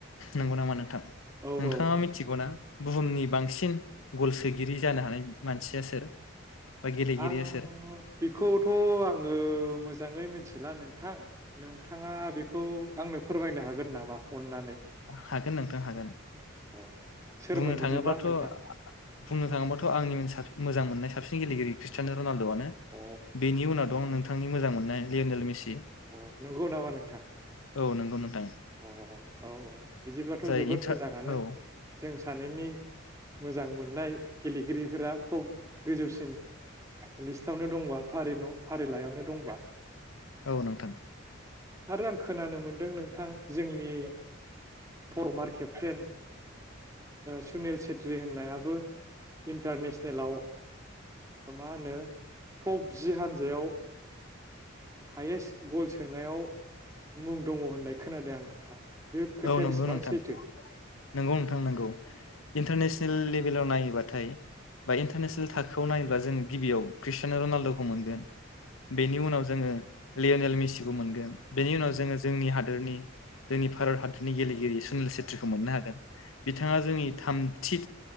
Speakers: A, on the left; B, on the right.
A: नंगौ नामा नोंथां
B: औ
A: नोंथाङा
B: औ नोंथां
A: मिथिगौना बुहुमनि बांसिन गल सोगिरि जानो हानाय मानसिया सोर? बा गेलेगिरिया
B: आं
A: सोर
B: बेखौथ' आङो मोजां मोजाङै मिथिला नोंथां नोंथाङा बेखौ आंनो फोरमायनो हागोन नामा अननानै
A: हागोन नोंथां हागोन
B: अ सोरमोन
A: बुंनो
B: बिदिब्ला
A: थाङोबाथ'
B: नोंथां
A: बुंनो थाङोबाथ' आंनि मोजां मोननाय साबसिन गेलेगिरि ख्रिस्टानेल रनाल्द'आनो
B: अ
A: बेनि उनाव दं आं नोंथां बिथांनि मोजां मोननाय लियनेल मिसि
B: अ नंगौ नामा नोंथां
A: औ नोंगौ नोथां
B: अ औ औ बिदिब्लाथ'
A: जाय
B: जोबोद
A: इन्टार
B: मोजाङानो
A: औ
B: जों सानैनि मोजां मोननाय गेलेगिरिफोरा थब गोजौसिन लिस्टआवनो दंबा फारि फारिलाइयावनो दंबा
A: औ नोंथां
B: आरो आं खोनानो मोनदों नोंथां जोंनि फरमार केप्टेन सुनिल सेेथ्रि होननायाबो इन्टारनेसनेलाव मा होनो टप जि हानजायाव हायेस्ट गल सोनायाव मुं दङ होननाय खोनादों आं नोंथां बे खोथाया
A: औ नंगौ
B: बेसेबां
A: नोंथां
B: सैथो
A: नंगौ नोंथां नंगौ इन्टारनेसनेल लेभेलाव नायोबाथाय बा इन्टारनेसनेल थाखोआव नायोब्ला जोंङ गिबियाव क्रिस्टिनेल रनाल्द'खौ मोनगोन बेनि उनाव जोङो लियनेल मिसि बेनि उनाव जों जोंनि हादरनि भारत हादरनि गेलेगिरि सुनिल सेत्रिखौ मोननो हादों बिथाङा जोंनि थामथि